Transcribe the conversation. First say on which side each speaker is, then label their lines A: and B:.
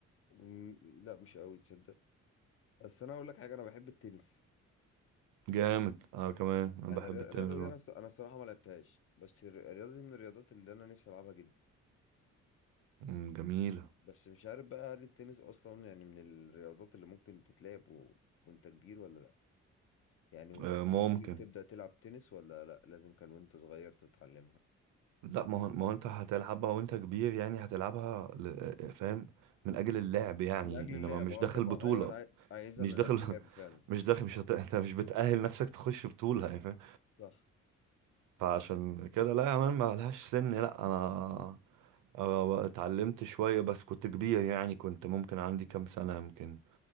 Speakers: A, on the left; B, on the right.
A: أمم، لا مش قوي تصدق بس انا اقول لك حاجه انا بحب التنس
B: جامد انا كمان انا
A: يعني
B: بحب
A: الري-
B: التنس
A: الرياضه دي
B: برضه.
A: انا الص- انا الصراحه ما لعبتهاش بس الر- الرياضه دي من الرياضات اللي انا نفسي العبها جدا
B: مم، جميله
A: بس مش عارف بقى هل التنس اصلا يعني من الرياضات اللي ممكن تتلعب و... وانت كبير ولا لا يعني وانت
B: آه،
A: سنك
B: ممكن
A: كبير تبدا تلعب تنس ولا لا لازم كان وانت صغير تتعلمها
B: لا ما هو ما هو انت هتلعبها وانت كبير يعني هتلعبها ل- فاهم من اجل اللعب يعني
A: من اجل
B: انما
A: اللعب
B: مش
A: اه
B: داخل
A: طبعا
B: بطولة
A: ايوه انا عاي- عايزها
B: مش
A: من
B: داخل
A: اجل اللعب فعلا
B: <laughs> مش داخل مش هت... انت مش بتأهل نفسك تخش بطولة يعني فاهم
A: صح
B: فعشان كده لا يا مان ما لهاش سن لا انا أنا اتعلمت شوية بس كنت كبير يعني كنت ممكن عندي كام سنة يمكن